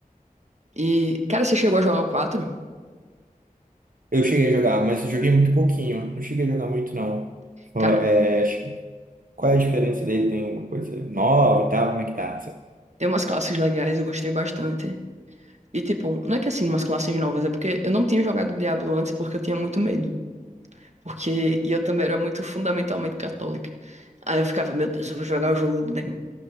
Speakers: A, on the right (about 50°); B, on the right (about 70°).
A: E, cara, você chegou a jogar o quatro,
B: Eu cheguei a jogar, mas eu joguei muito pouquinho. Não cheguei a jogar muito, não. Ó,
A: Cara.
B: é, acho- qual é a diferença dele? Tem alguma coisa nova e tal? Como é que tá? Essa
A: Tem umas classes legais, eu gostei bastante. E, tipo, não é que assim, umas classes novas, é porque eu não tinha jogado Diablo antes porque eu tinha muito medo. Porque e eu também era muito fundamentalmente católica. Aí eu ficava, meu Deus, eu vou jogar o jogo do demônio.